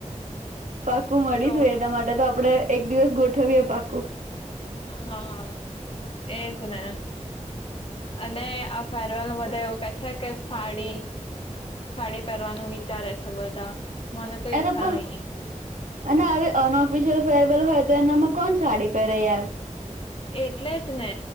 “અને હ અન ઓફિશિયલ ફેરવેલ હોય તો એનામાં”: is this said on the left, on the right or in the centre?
Right